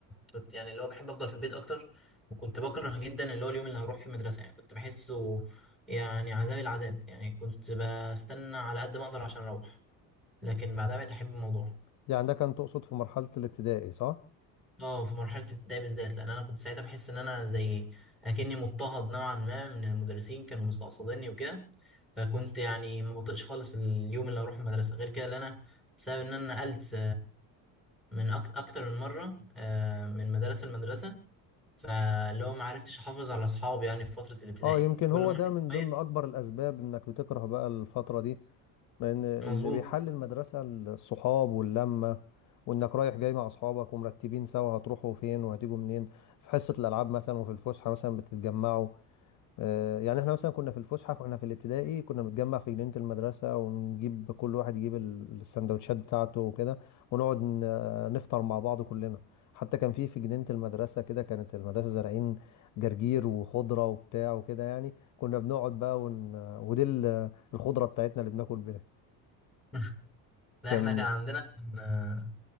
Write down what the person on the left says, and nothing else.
يعني ده كان تقصد في مرحلة الابتدائي صح؟
اه يمكن
هو
ده من
ضمن اكبر الاسباب انك بتكره بقى الفترة دي لان اللي
بيحل المدرسة الصحاب واللمة وانك رايح جاي مع اصحابك ومرتبين سوا هتروحوا فين وهتيجوا منين في حصة الالعاب مثلا وفي الفسحة مثلا بتتجمعوا آه، يعني احنا مثلا كنا في الفسحه واحنا في الابتدائي كنا بنتجمع في جنينه المدرسه ونجيب كل واحد يجيب ال- السندوتشات بتاعته وكده ونقعد ن- آه، نفطر مع بعض كلنا حتى كان في في جنينه المدرسه كده كانت المدرسه زارعين جرجير وخضره وبتاع وكده يعني كنا بنقعد بقى ون... آه، ودي ال- آه، الخضره بتاعتنا اللي بناكل بيها
كان